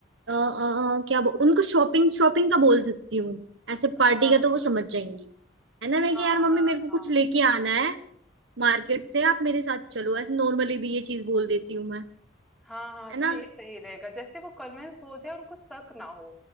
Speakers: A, on the right; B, in the centre.
A: आ, क्या बो, उनको शॉपिंग शॉपिंग का बोल सकती हूँ ऐसे पार्टी
B: हाँ,
A: का तो वो
B: हाँ।
A: समझ जाएंगी है ना मैं
B: हाँ,
A: कि यार मम्मी
B: हाँ,
A: मेरे को
B: हाँ।
A: कुछ लेके आना है मार्केट से आप मेरे साथ चलो ऐसे नॉर्मली भी ये चीज बोल देती हूँ मैं
B: हाँ हाँ
A: है ना
B: तो ये सही रहेगा जैसे वो कन्विंस हो जाए उनको शक ना हो